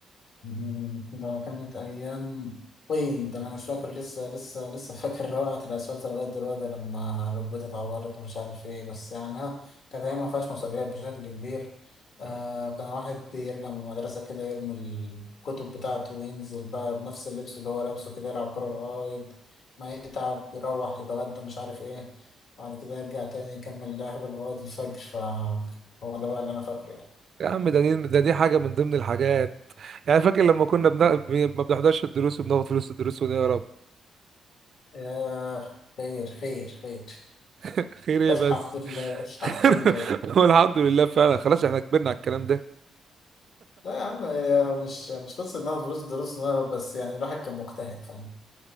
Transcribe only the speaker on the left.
مم، ده كانت أيام طين ده أنا مش فاكر لسه لسه لسه فاكر روعة الأسفلت لغاية دلوقتي لما ركبتي اتعورت ومش عارف إيه بس يعني ها كانت أيام ما فيهاش مسؤوليات بشكل كبير آه كان الواحد بيرجع من المدرسة كده يرمي الكتب بتاعته وينزل بقى بنفس اللبس اللي هو لابسه كده يلعب كورة لغاية ما يتعب يروح يتغدى مش عارف إيه بعد كده يرجع تاني يكمل لعب لغاية الفجر فهو ده بقى اللي أنا فاكره يعني
آه خير خير خير
الحمد
لله الحمد
لله
لا يا عم هي مش مش قصة ناخد فلوس الدروس ونهرب بس يعني الواحد كان مجتهد فاهم